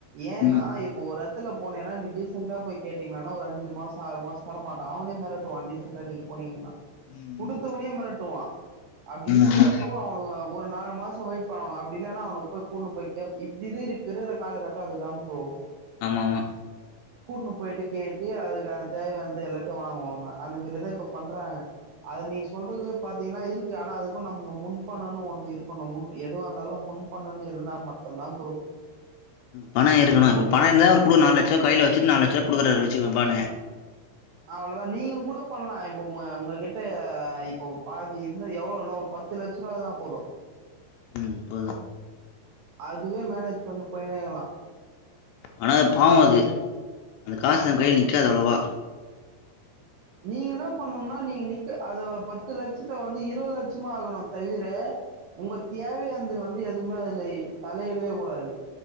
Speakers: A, on the right (about 80°); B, on the left (about 80°).
A: ஏன்னா
B: ம்
A: இப்ப ஒரு எட்த்துல போனேன்னா நீ டீஸ் செண்டா போய் கேட்டீங்னானா ஒரு ஐஞ்சி மாசோ ஆறு மாசோ தர மாட்ட அவனையே மெரட்டுவா டிசெண்டா நிங் போனீங்கின்னா
B: ம்
A: குடுத்தவுனியோ மெரட்டுவா அப்டி
B: ம்
A: இருக்குறப்போ அவனுங்க ஒரு நாலு மாசோ வெயிட் பண்ணுவாங்க அப்டி இல்லன்னா அவன போய்க் கூட்னு போய் கேப் இப்டி இருக்குது இப்ப இருக்குற காலகட்டோ அதுதா ப்ரோ
B: ஆமாமா
A: கூட்னு போயிட்டு கேட்டு அதுக்கான தேவையான்த எல்லாத்த வாங்குவாங்க அந்த மேர்லதா இப்ப பண்றாங்க அது நீ சொல்றது பாத்தீங்கன்னா இருக்கு ஆனா அதுக்கு நமக்கு முன்பணோன்னு ஒண்ணு இருக்கனு முன் எதுவாந்தாலு முன் பணோன்னு இருந்தா மட்டுந்தா ப்ரோ
B: பணோ இருக்கணு இப்போ
A: முன்ப
B: பணோ இருந்தா ஒரு குழு நாலு லட்சோ கையில வ ச்சுட்டு நாலு லட்ச குடுக்குறாரு வச்சுக்கபானு
A: அவ்ளோதா நீங்க கூட பண்லா இப்ப ம் உங்ககிட்ட இப்ப பாதி இன்னு எவ்வளவுனா ஒரு பத் பத்து லட்ச ரூவா இருந்தா போது
B: ம் போது
A: அதுவே மேனேஜ் பண்ணு போய்னேருக்கலா
B: ஆனா அது பாவோ அது அந்த காசு நம் கைல நிக்காது அவ்ளவா
A: நீங்க என்ன பண்ணுனா நீங்க நிக்க அத பத்து லட்சத்த வந்து இருவது லட்ச மாக்கணு தவிர உங்க தேவையானந்த வந்து எதுவுமே அதுல தலையிடவே கூடாது